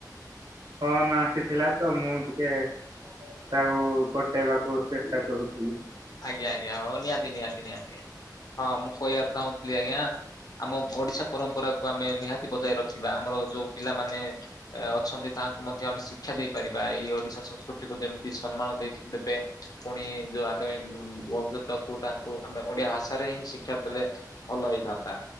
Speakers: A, on the right; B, on the left.
A: ଫୋନ୍ ଆସିଥିଲା ତ ମୁଁ ଟିକେ ତାକୁ କଟେଇବାକୁ ଚେଷ୍ଟା କରୁଥିଲି।
B: ଆଜ୍ଞା ଆଜ୍ଞା! ହଉ ନିହାତି ନିହାତି ନିହାତି ହଁ ମୁଁ କହିବାକୁ ଚାହୁଁଥିଲି ଆଜ୍ଞା। ଆମ ଓଡିଶା ପରମ୍ପରାକୁୁ ଆମେ ନିହାତି ବଜାୟ ରଖିବା। ଆମର ଯୋଉ ପିଲାମାନେ ଅଛନ୍ତି ତା ତାଙ୍କୁ ମଧ୍ୟ ଆମେ ଶିକ୍ଷା ଦେଇପାରିବା। ଏଇ ଓଡିଶା ସଂସ୍କୃତିକୁ ଯେମିତି ସମ୍ମାନ ଦେଇ ଦେବେ ପୁଣି ଯୋଉ ତ ଭବିଷ୍ୟତ କୁ ତାଙ୍କୁ ଆମେ ଓଡିଆ ଭାଷାରେ ହିଁ ଶିକ୍ଷା ଦେଲେ ଭଲ ହେଇଥାନ୍ତା।